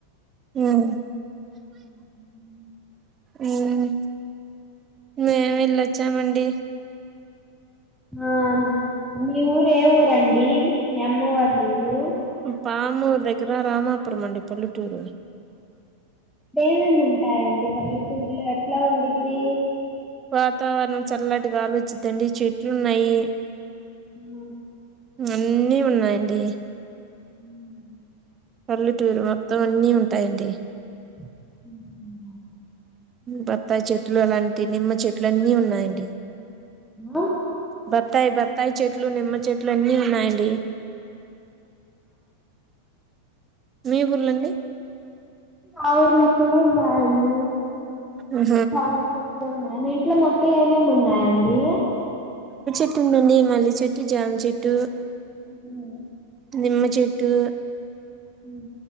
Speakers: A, on the right (about 25°); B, in the centre.
A: ఉమ్
B: <inaudible>
A: ఉమ్ మేము వెళ్ళొచ్చామండి
B: ఆ మీ ఊరే ఊరండి అమ్మ వాల్ళూరు
A: పామూ దగ్గర రామాపురం అండి పల్టూరు
B: ఇమేమి ఉంటాయండి పల్లెతూరులో ఎట్లా ఉండడిది
A: వాతావరణం చల్లటి గాలోచిద్దండి చెట్లున్నాయి
B: హ
A: అన్నిఉన్నాయండి
B: అ <unintelligible>
A: పల్లెటూరు మొత్తం అన్నీ ఉంటాయండి
B: <inaudible>
A: బత్తాయి చెట్లు అలాంటి నిమ్మ చెట్లు అన్ని ఉన్నాయండి
B: ఆ
A: బత్తాయి బత్తాయి చెట్లు నిమ్మ చెట్లు అన్నీ ఉన్నాయండి మీ ఊర్లండి
B: ఆ ఊర్లో కూడా ఉందా అండి
A: ఎ
B: చానా చెట్లు ఉన్నాయి మీ ఇంట్లో మొక్కలు ఏమేమి ఉన్నాయండీ
A: త్తునుండి మల్లె చెట్టు జామ చెట్టు
B: ఏమో
A: నిమ్మ చెట్టు
B: మ్